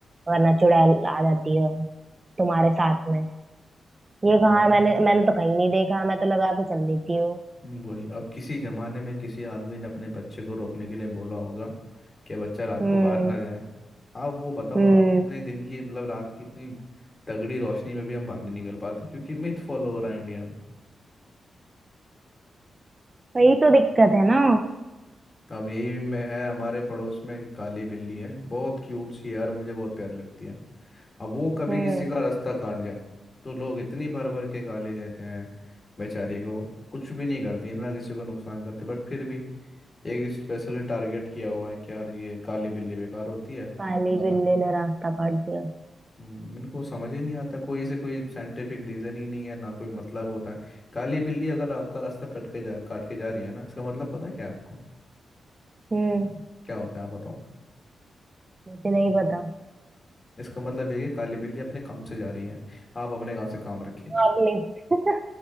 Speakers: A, on the right (about 25°); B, on the left (about 25°).
A: वरना चुड़ैल आ जाती है तुम्हारे साथ में ये
B: आप
A: कहाँ
B: बताओ
A: मैंने मैंने तो कहीं नहीं देखा मैं तो लगा के चल देती हूँ
B: हम्म, वही अब किसी जमाने में किसी आदमी ने अपने बच्चे को रोकने के लिए बोला होगा कि बच्चा रात
A: हम्म
B: को बाहर ना जाए आप वो बताओ
A: हम्म
B: आप इतने दिन की मतलब रात की इतनी तगड़ी रोशनी में भी हम बाहर नहीं निकल पाते क्योंकि मिथ फॉलो हो रहा है इंडिया में
A: वही तो दिक्कत है ना
B: अब यही में है हमारे पड़ोस में एक काली बिल्ली है बहुत क्यूट सी है यार मुझे बहुत प्यारी लगती है अब वो कभी
A: हम्म
B: किसी का रास्ता काट जाए तो लोग इतनी भर भर के गाली देते हैं बेचारी को कुछ भी नहीं करती ना किसी को नुकसान करती बट फिर भी एक स्पेशली टारगेट किया हुआ है कि यार ये काली बिल्ली बेकार होती है
A: काली
B: आगा
A: बिल्ली ने रास्ता काट दिया
B: हम्म, इनको समझ ही नहीं आता कोई इसे कोई साइंटिफिक रीजन ही नहीं है ना कोई मतलब होता है काली बिल्ली अगर आपका रास्ता कट के जा काट के जा रही है ना इसका मतलब पता है क्या आपको
A: हम्म
B: क्या होता है आप बताओ
A: मुझे नहीं पता
B: इसका मतलब ये है कि काली बिल्ली अपने काम से जा रही है आप अपने काम से काम रखिए
A: और नहीं <laughs>